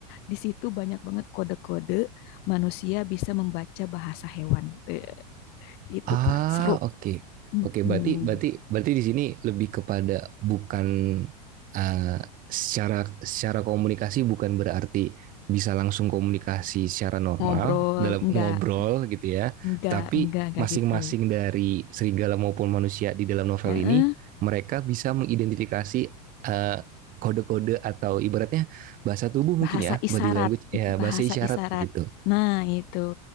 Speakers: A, on the left; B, on the right.
A: Di situ banyak banget kode-kode manusia bisa
B: <laughs>
A: membaca bahasa hewan. Eh, gitu,
B: Ah,
A: Kak. Seru.
B: oke.
A: Mm,
B: Oke, berarti
A: mm,
B: berarti berarti di sini lebih kepada bukan eh, secara secara komunikasi bukan berarti bisa langsung komunikasi secara normal
A: Ngobrol,
B: dalam
A: enggak,
B: ngobrol gitu ya.
A: enggak,
B: Tapi
A: enggak, enggak
B: masing-masing
A: gitu.
B: dari serigala maupun manusia di dalam novel
A: Ya,
B: ini
A: eh,
B: mereka bisa mengidentifikasi eh, kode-kode atau ibaratnya bahasa tubuh mungkin
A: bahasa
B: ya,
A: isyarat,
B: body language ya, bahasa
A: bahasa
B: isyarat
A: isyarat.
B: gitu.
A: Nah, itu.